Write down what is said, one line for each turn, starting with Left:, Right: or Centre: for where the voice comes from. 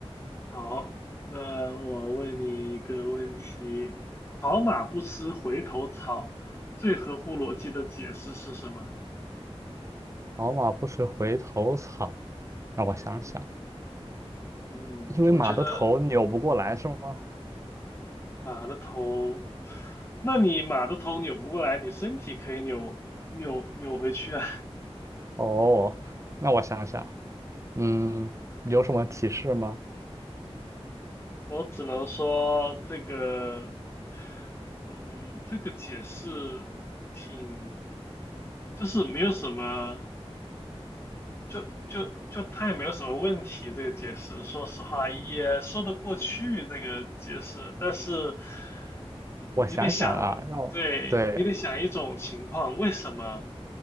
Left: 好，那我问你一个问题：好马不吃回头草，最合乎逻辑的解释是什么？
Right: 老马不吃回头草。让我想想，
Left: 嗯，
Right: 因为马的头扭不过来是吗？
Left: 我觉得。马的头，那你马的头扭不过来，你身体可以扭扭扭回去啊。
Right: 哦，那我想想，嗯，有什么提示吗？
Left: <laughs> 我只能说这个，嗯，这个解释挺，就是没有什么。就就就他也没有什么问题，这个解释，说实话也说得过去，这个解释。但是，嗯，
Right: 我想想啊，
Left: 你得想，
Right: 让我，
Left: 对，
Right: 对，
Left: 你得想一种情况，为什么